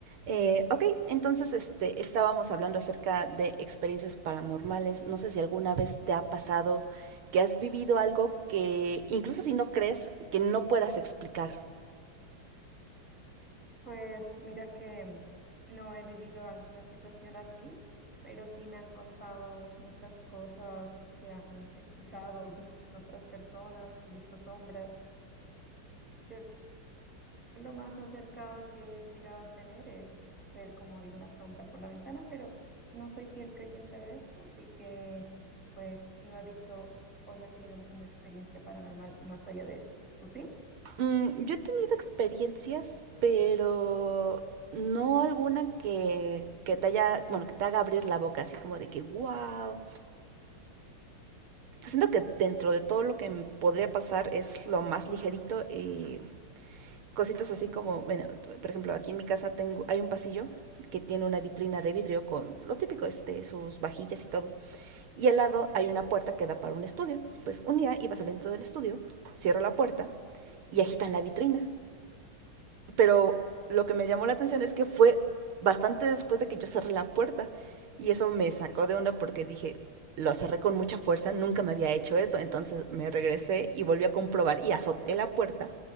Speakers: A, on the right (about 80°); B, in the centre.
A: Eh, ok, entonces este, estábamos hablando acerca de experiencias paranormales. No sé si alguna vez te ha pasado que has vivido algo que, incluso si no crees, que no puedas explicar.
B: Pues mira que no he vivido alguna situación así, pero sí me han contado muchas cosas que han escuchado, visto otras personas, visto sombras. Yo lo más acercado que he llegado a tener es ver como alguna sombra por la ventana, pero no soy fiel creyente de esto, así que pues no he visto o no he tenido una experiencia paranormal más allá de eso. ¿Tú sí?
A: Mm, yo he tenido experiencias, pero no alguna que, que te haya, bueno, que te haga abrir la boca, así como de que, wow. siento que dentro de todo lo que me podría pasar es lo más ligerito. eh, cositas así como, bueno, por ejemplo, aquí en mi casa tengo, hay un pasillo que tiene una vitrina de vidrio con lo típico, este, sus vajillas y todo. Y al lado hay una puerta que da para un estudio. Pues un día iba saliendo del estudio, cierro la puerta y agitan la vitrina. Pero lo que me llamó la atención es que fue bastante después de que yo cerré la puerta. Y eso me sacó de onda porque dije, lo cerré con mucha fuerza, nunca me había hecho esto. Entonces me regresé y volví a comprobar y azoté la puerta